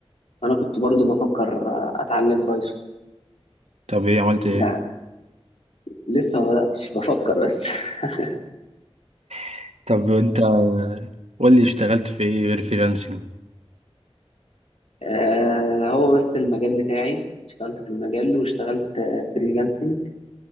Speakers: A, on the left (about 75°); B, on the right (about 85°).
A: انا كنت برضو بفكر آه، اتعلم بايثون
B: طب ايه عملت ايه
A: يعني لسه ما بداتش بفكر بس <laughs>
B: <laughs> طب انت قول لي اشتغلت في ايه غير فريلانسنج
A: آه، هو بس المجال بتاعي اشتغلت في المجال واشتغلت فريلانسنج